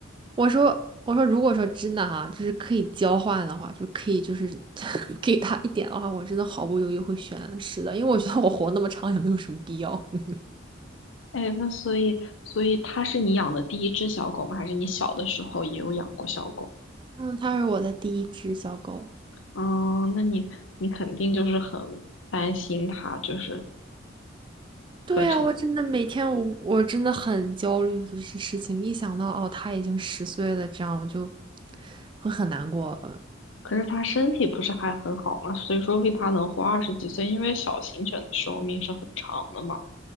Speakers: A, on the right (about 25°); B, on the left (about 80°).
A: 我说我说，如果说真的哈、就是可以交换的话，就是可以就是 <laughs> 给它一点的话，我真的毫不犹豫会选是的，因为我觉得我活那么长也没有什么必要。<laughs>
B: 哎，那所以，所以它是你养的第一只小狗吗？还是你小的时候也有养过小狗？
A: 嗯，它是我的第一只小狗。
B: 嗯，那你你肯定就是很担心它，就是
A: 对啊，
B: 各种。
A: 我真的每天我我真的很焦虑，就是事情一想到哦，他已经十岁了，这样我就会很难过。
B: 可是它身体不是还很好吗？所以说为定它能活二十几岁，因为小型犬的寿命是很长的嘛。